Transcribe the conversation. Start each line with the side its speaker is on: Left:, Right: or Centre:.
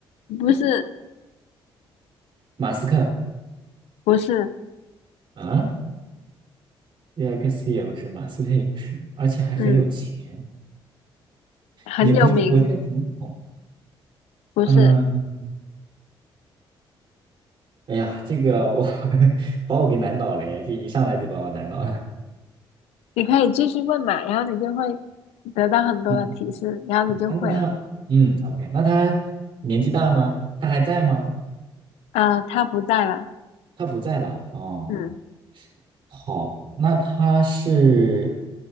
Left: <laughs> 不是，
Right: 马斯克
Left: 不是，
Right: 啊。列亚克斯也不是，马斯克也不是，而且还很有钱，
Left: 嗯，很有名，
Right: 也不是国家总统。
Left: 不是，
Right: 嗯，哎呀，这个我 <laughs> 把我给难倒了呀，这一上来就把我难倒了。
Left: 你可以继续问嘛，然后你就会得到很多的提示，
Right: 嗯，
Left: 然后你就会了，
Right: 啊那他，嗯，OK，那他年纪大吗？他还在吗？
Left: 啊，他不在了，
Right: 他不在了。哦，
Left: 嗯，
Right: 好，那他是